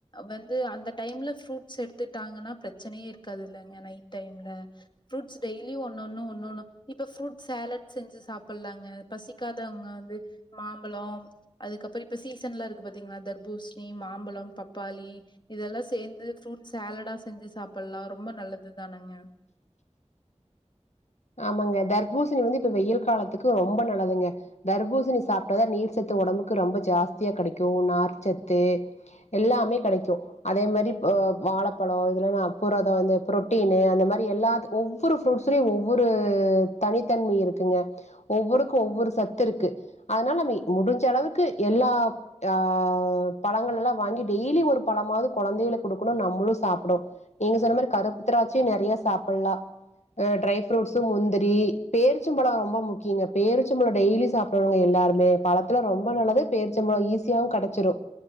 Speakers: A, on the left (about 40°); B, on the left (about 75°).
A: வந்து அந்த டைம்ல ஃப்ரூட்ஸ் எடுத்துட்டாங்கன்னா பிரச்சனையே இருக்காது இல்லங்க நைட் டைம்ல ஃப்ரூட்ஸ் டெய்லியு ஒன்னொன்னு ஒன்னொன்னு இப்ப ஃப்ரூட் சேலட் செஞ்சு சாப்பிட்லாங்க பசிக்காதவங்க து மாம்பழோ அதுக்கப்புற இப்ப சீசன் எல்லா இருக்கு பாத்தீங்கன்னா தர்பூஷணி மாம்பழம் பப்பாளி இதெல்லா சேந்து ஃப்ரூட் சேலடா செஞ்சு சாப்பிடலா ரொம்ப நல்லது தானங்க
B: <unintelligible> ஆமாங்க தர்பூசணி வந்து இப்ப வெயில் காலத்துக்கு ரொம்ப நல்லதுங்க தர்பூசணி சாப்பிட்டதா நீர் சத்து ஒடம்புக்கு ரொம்ப ஜாஸ்தியா கெடைக்கு நார்ச்சத்து எல்லாமே கெடைக்கு அதே மாரி வா ழப்பழோ இதுல்னா புரதோ இந்த புரோட்டீனு அந்த மாரி எல்லாத்து ஒவ்வொரு ஃபுரூட்ஸ்லியு ஒவ் வொரு தனித்தன்மை இருக்குங்க ஒவ்வொருக்கு ஒவ்வொரு சத்து இருக்கு அதனால நம்ம முடிஞ்ச அளவுக்கு எல்லா ஆ பழங்கள எல்லா வாங்கி டெய்லி ஒரு பழமாவது கொழந்தைகளுக்கு குடுக்கணு நம்மளு சாப்புடு நீங்க சொன்ன மாரி கருப்பு திராட்சியு நெறைய சாப்பிடலா ஆ ட்ரை ஃப்ரூட்ஸு முந்திரி பேருச்சம்பழோ ரொம்ப முக்கியங்க பேருச்சம்பழ டெய்லி சாப்புடனுங்க எல்லாருமே பழத்தை ல்லா ரொம்ப நல்லது பேருச்சம்பழோ ஈஸியாவு கெடைச்சிரும்